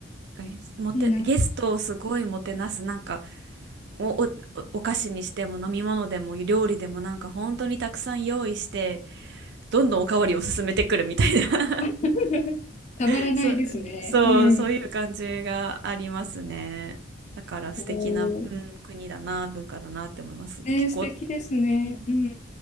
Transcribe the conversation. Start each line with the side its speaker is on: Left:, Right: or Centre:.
Right: 確かに、もて、
Left: いいな。
Right: ゲストをすごいもてなす、なんか、お、お、おお菓子にしても飲み物でも料理でもなんか本当にたくさん用意して、どんどんおかわりを進めてくるみたいな
Left: <laughs> たまらないですね。
Right: <laughs> そう、そう、
Left: うん。
Right: そういう感じがありますね。だから素敵な、
Left: おー。
Right: うん、国だな、文化だなって思います。
Left: ね、
Right: 結構、
Left: 素敵ですね。
Right: うん
Left: うん。